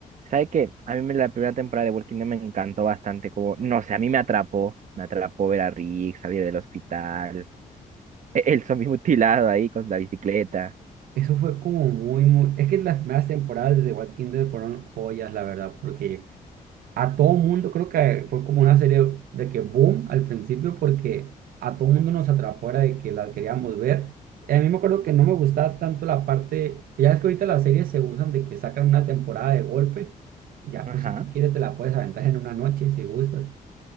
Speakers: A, on the right; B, on the right.
A: ¿sabe qué? A mí me- la primera temporada de Walking Dead me encantó bastante, como, no sé, a mí me atrapó, me atrapó ver a Rick salir del hospital, e- el zombie <laughs> mutilado ahí con la bicicleta,
B: Eso fue como muy, muy... Es que las primeras temporadas de The Walking Dead fueron joyas, la verdad, porque a todo mundo, creo que fue como una serie de que boom al principio porque a todo mundo nos atrapó era de que la queríamos ver. Y a mí me acuerdo que no me gustaba tanto la parte, ya es que ahorita las series se usan de que sacan una temporada de golpe, ya
A: ajá,
B: pues si tú quieres te la puedes aventar en una noche si gustas.